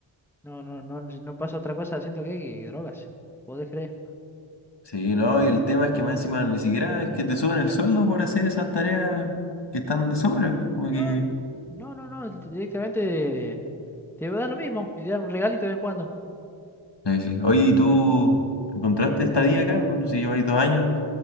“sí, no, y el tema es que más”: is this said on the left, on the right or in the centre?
Left